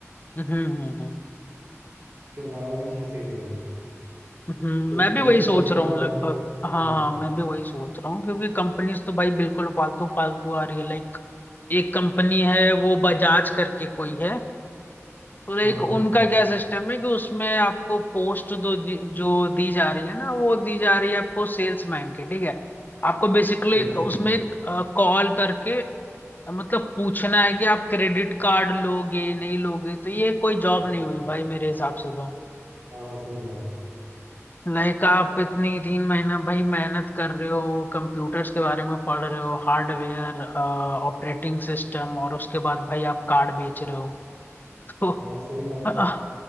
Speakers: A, on the left (about 35°); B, on the right (about 60°).
A: हम्म हम्म हम्म
B: उसके अलावा भी चीज़ें सही रहेंगी
A: हम्म,
B: तो
A: मैं भी
B: तुम
A: वही
B: कहीं
A: सोच
B: पे दिखा
A: रहा हूँ
B: रहे
A: लगभग
B: हो
A: हाँ
B: हाँ
A: हाँ मैं भी वही सोच रहा हूँ क्योंकि कंपनीज तो भाई बिल्कुल फालतू फालतू आ रही है लाइक एक कंपनी है वो बजाज करके कोई है तो लाइक
B: हाँ हाँ
A: उनका क्या सिस्टम है कि उसमें आपको पोस्ट दो दि- जो दी जा रही है ना वो दी जा रही है आपको सेल्समैन की ठीक है आपको बेसिकली
B: अच्छा अच्छा अच्छा।
A: उसमें कॉल करके मतलब पूछना है कि आप क्रेडिट कार्ड लोगे नहीं लोगे तो ये कोई जॉब
B: अच्छा।
A: नहीं हुई भाई मेरे हिसाब से तो
B: हाँ हाँ सही बात है
A: लाइक आप इतनी तीन महीना भाई मेहनत कर रहे हो कंप्यूटर्स के बारे में पढ़ रहे हो हार्डवेयर ऑपरेटिंग सिस्टम और उसके बाद भाई आप कार्ड बेच रहे हो <laughs> तो
B: हाँ सही बात
A: अ,
B: है